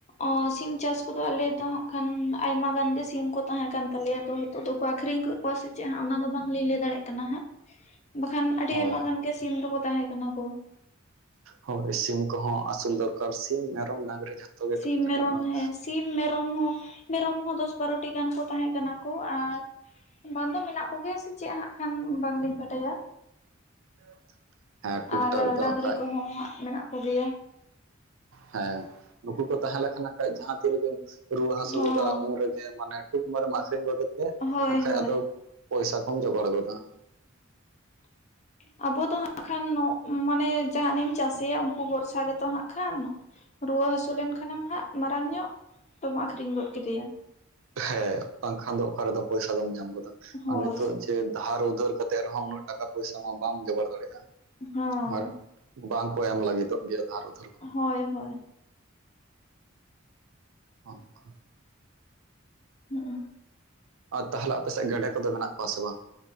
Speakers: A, on the left (about 35°); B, on the right (about 80°).
A: ᱚᱸ ᱥᱤᱢ ᱪᱟᱥ ᱠᱚᱫᱚ ᱟᱞᱮ ᱫᱚ ᱦᱟᱸᱜ ᱠᱷᱟᱱ ᱟᱭᱢᱟ ᱜᱟᱱ ᱜᱮ ᱥᱤᱢ ᱠᱚ ᱛᱟᱦᱮᱸ ᱠᱟᱱ ᱛᱟᱞᱮᱭᱟ ᱛᱚ ᱛᱚᱜ ᱫᱚᱠᱚ ᱟᱹᱠᱷᱨᱤᱧ ᱠᱟᱹᱜ ᱠᱚᱣᱟ ᱥᱮ ᱪᱮᱜ ᱦᱟᱸᱜ ᱚᱱᱟ ᱫᱚ ᱵᱟᱝᱞᱤᱧ ᱞᱟᱹᱭ ᱫᱟᱲᱮᱭᱟᱜ ᱠᱟᱱᱟ ᱦᱟᱸᱜ ᱾ ᱵᱟᱠᱷᱟᱱ ᱟᱹᱰᱤ
B: ᱦᱳᱭ
A: ᱟᱭᱢᱟ ᱜᱟᱱ ᱜᱮ ᱥᱤᱢ ᱫᱚᱠᱚ ᱛᱟᱦᱮᱸ ᱠᱟᱱᱟ ᱠᱚ ᱾
B: ᱦᱳᱭ ᱥᱤᱢ ᱠᱚᱦᱚᱸ ᱟᱹᱥᱩᱞ ᱫᱚᱨᱠᱟᱨ ᱥᱤᱢ ᱢᱮᱨᱚᱢ ᱰᱟᱝᱨᱤ ᱡᱷᱚᱛᱚ ᱜᱮ
A: ᱥᱤᱢ
B: ᱠᱟᱹᱴᱤᱡ ᱠᱟᱹᱴᱤᱡ
A: ᱢᱮᱨᱚᱢ
B: ᱫᱚ ᱾
A: ᱦᱮᱸ ᱥᱤᱢ ᱢᱮᱨᱚᱢ ᱦᱚᱸ ᱢᱮᱨᱚᱢ ᱦᱚᱸ ᱫᱚᱥ ᱵᱟᱨᱚᱴᱤ ᱜᱟᱱ ᱠᱚ ᱛᱟᱦᱮᱸ ᱠᱟᱱᱟ ᱠᱚ ᱟᱨ ᱵᱟᱝ ᱫᱚ ᱢᱮᱱᱟᱜ ᱠᱚᱜᱮᱭᱟ ᱥᱮ ᱪᱮᱜ ᱦᱟᱸᱜ ᱠᱷᱟᱱ ᱵᱟᱝᱞᱤᱧ ᱵᱟᱰᱟᱭᱟ ᱾
B: <inaudible>
A: ᱟᱨ
B: ᱴᱟᱠ ᱫᱚ
A: ᱰᱟᱹᱝᱨᱤ
B: ᱦᱟᱸᱜ ᱠᱷᱟᱡ
A: ᱠᱚᱦᱚᱸ ᱦᱟᱸᱜ ᱢᱮᱱᱟᱜ ᱠᱚᱜᱮᱭᱟ ᱾
B: ᱦᱮᱸ ᱱᱩᱠᱩ ᱠᱚ ᱛᱟᱦᱮᱸ ᱞᱮᱠᱷᱟᱱ ᱦᱟᱜ ᱠᱷᱟᱡ ᱡᱟᱦᱟᱸ ᱛᱤᱱᱨᱤᱜᱮᱢ ᱨᱩᱣᱟᱹ ᱦᱟᱹᱥᱩ
A: ᱦᱚᱸ
B: ᱜᱚᱫᱟ ᱩᱱᱨᱮ ᱨᱮ ᱢᱟᱱᱮ ᱴᱩᱠ ᱢᱟᱨᱮ ᱟᱹᱠᱷᱨᱤᱧ ᱜᱚᱫᱮ ᱛᱮ
A: ᱦᱳᱭ
B: ᱟᱠᱷᱟᱡ
A: ᱦᱳᱭ
B: ᱟᱫᱚ ᱯᱚᱭᱥᱟ ᱠᱚᱢ ᱡᱚᱜᱟᱲ ᱜᱚᱫᱟ ᱾
A: <inaudible> ᱟᱵᱚ ᱫᱚ ᱦᱟᱸᱜ ᱠᱷᱟᱱ ᱱᱚᱜ ᱢᱟᱱᱮ ᱡᱟᱦᱟᱱᱮᱢ ᱪᱟᱹᱥᱮᱭᱟ ᱩᱱᱠᱩ ᱵᱷᱚᱨᱥᱟ ᱜᱮᱛᱚ ᱦᱟᱸᱜ ᱠᱷᱟᱱ ᱾ ᱨᱩᱣᱟᱹ ᱦᱟᱹᱥᱩ ᱞᱮᱱᱠᱷᱟᱱᱮᱢ ᱦᱟᱸᱜ ᱢᱟᱨᱟᱝ ᱧᱚᱜ ᱛᱚᱢ ᱟᱹᱠᱷᱨᱤᱧ ᱜᱚᱫ ᱠᱮᱫᱮᱭᱟ ᱾
B: ᱦᱮᱸ ᱵᱟᱝᱠᱷᱟᱱ ᱫᱚ ᱚᱠᱟ ᱨᱮᱫᱚ ᱯᱚᱭᱥᱟ ᱫᱚᱢ ᱧᱟᱢ ᱜᱚᱫᱟ
A: ᱦᱳᱭ
B: ᱟᱨ ᱱᱤᱛᱚᱜ ᱡᱮ ᱫᱷᱟᱨ ᱩᱫᱷᱟᱹᱨ ᱠᱟᱛᱮᱜ ᱨᱮᱦᱚᱸ ᱩᱱᱟᱹᱜ ᱴᱟᱠᱟ ᱯᱚᱭᱥᱟ ᱦᱚᱸ ᱵᱟᱢ ᱡᱚᱜᱟᱲ ᱫᱟᱲᱮᱜᱼᱟ
A: ᱦᱚᱸ
B: ᱾ᱟᱨ ᱵᱟᱝ ᱠᱚ ᱮᱢ ᱞᱟᱹᱜᱤᱫᱚᱜ ᱜᱮᱭᱟ ᱫᱷᱟᱨ ᱩᱫᱷᱟᱹᱨ ᱠᱚᱦᱚᱸ
A: ᱦᱳᱭ
B: ᱾
A: ᱦᱳᱭ ᱾
B: ᱚᱱᱠᱟ ᱾
A: ᱦᱩᱜ ᱦᱩᱸ ᱾
B: ᱟᱨ ᱛᱟᱦᱟᱞᱮ ᱟᱯᱮ ᱥᱮᱜ ᱜᱮᱰᱮ ᱠᱚᱫᱚ ᱢᱮᱱᱟᱜ ᱠᱚᱣᱟ ᱥᱮ ᱵᱟᱝ?